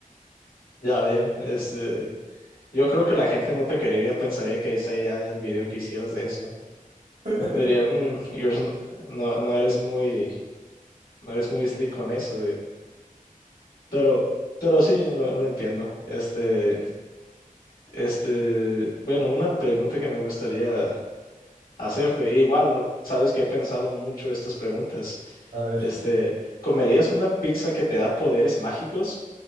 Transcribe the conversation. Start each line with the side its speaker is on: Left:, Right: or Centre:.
Left: Ya veo. Este, yo creo que la gente no te creería, pensaría que ese era el video que hicieras de eso.
Right: <laughs>
Left: Diría, "Mm, you're s- no, no eres muy, no eres muy slick con eso, Pero, pero sí, lo, lo entiendo. Este, este, bueno, una pregunta que me gustaría hacerte, igual, sabes que he pensado mucho estas preguntas.
Right: A ver,
Left: Este, ¿comerías una pizza que te da poderes mágicos,